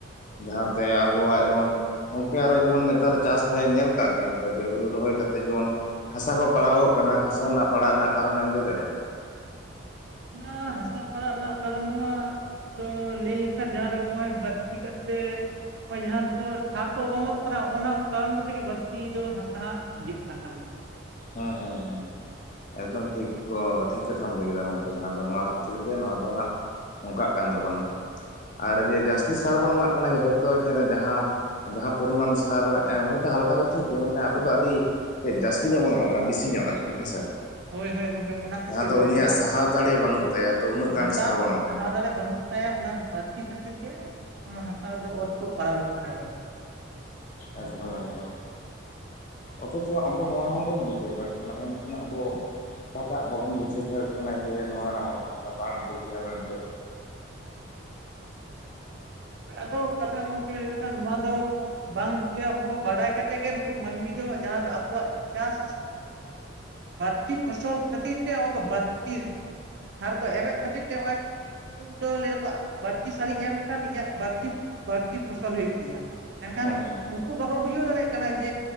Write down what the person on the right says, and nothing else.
ᱚᱱᱟ ᱦᱟᱥᱟ ᱯᱟᱲᱟᱜ ᱨᱮᱱᱟᱜ ᱠᱟᱨᱚᱱ ᱫᱚ ᱦᱟᱸᱜ ᱛᱚ ᱞᱟᱹᱭ ᱞᱮᱠᱷᱟᱱ ᱡᱟᱦᱟᱸ ᱫᱚ ᱦᱚᱜ-ᱚᱭ ᱵᱟᱹᱲᱛᱤ ᱠᱟᱛᱮ ᱱᱚᱜ-ᱚᱭ ᱡᱟᱦᱟᱸ ᱫᱚ ᱥᱟᱨ ᱠᱚ ᱮᱢᱚᱜᱚᱜ ᱠᱟᱱᱟ ᱚᱱᱟ ᱠᱟᱨᱚᱱ ᱠᱚᱛᱮ ᱜᱮ ᱵᱟᱹᱲᱛᱤ ᱫᱚ ᱦᱟᱥᱟ ᱤᱭᱟᱹᱜ ᱠᱟᱱ ᱛᱟᱵᱚᱱᱟ
ᱦᱳᱭ ᱦᱳᱭ ᱜᱚᱝᱠᱮ ᱚᱱᱟ ᱠᱷᱟᱹᱛᱤᱨ
ᱜᱮ
ᱫᱚ
ᱦᱟᱥᱟ
ᱥᱟᱦᱟᱣ ᱫᱟᱲᱮ ᱵᱟᱹᱱᱩᱜ ᱛᱟᱭᱟ ᱚᱱᱟ ᱵᱟᱹᱲᱛᱤ ᱠᱷᱟᱹᱛᱤᱨ ᱜᱮ ᱚᱱᱟ ᱦᱟᱥᱟ ᱫᱚ ᱚᱛ ᱠᱚ ᱯᱟᱲᱟᱜᱚᱜ ᱠᱟᱱᱟ ᱵᱟᱹᱲᱛᱤ ᱧᱮᱞᱚᱜ
ᱠᱟᱱᱟ
ᱟᱫᱚ ᱠᱟᱛᱷᱟ ᱜᱚᱝᱠᱮ ᱮᱠᱷᱟᱱ ᱱᱚᱣᱟ ᱫᱚ ᱵᱟᱝ ᱵᱩᱜᱤᱭᱟ ᱵᱟᱰᱟᱭ ᱠᱟᱛᱮᱫ ᱜᱮ ᱱᱩᱠᱩ ᱢᱟᱹᱱᱢᱤ ᱫᱚ ᱡᱟᱦᱟᱸ ᱫᱚ ᱟᱠᱚᱣᱟᱜ ᱪᱟᱥ ᱵᱟᱲᱛᱤ ᱯᱷᱚᱥᱚᱞ ᱠᱷᱟᱹᱛᱤᱨ ᱛᱮ ᱵᱟᱲᱛᱤ ᱥᱟᱨ ᱠᱚ ᱮᱢᱮᱫ ᱠᱷᱟᱹᱛᱤᱨ ᱛᱮ ᱱᱚᱜ-ᱚᱭ ᱩᱱᱠᱩ ᱫᱚ ᱞᱟᱹᱭᱟᱠᱚᱣᱟ ᱵᱟᱹᱲᱛᱤ ᱥᱟᱨᱤᱧ ᱮᱢ ᱞᱮᱠᱷᱟᱱ ᱤᱧᱟᱹᱜ ᱵᱟᱹᱲᱛᱤ ᱵᱟᱹᱲᱛᱤ ᱯᱷᱚᱥᱚᱞ ᱦᱩᱭᱩᱜ ᱛᱤᱧᱟᱹ ᱢᱮᱱᱠᱷᱟᱱ
ᱩᱱᱠᱩ ᱵᱟᱠᱚ ᱵᱩᱡᱷᱟᱹᱣ ᱫᱟᱲᱮᱭᱟᱜ ᱠᱟᱱᱟ ᱡᱮ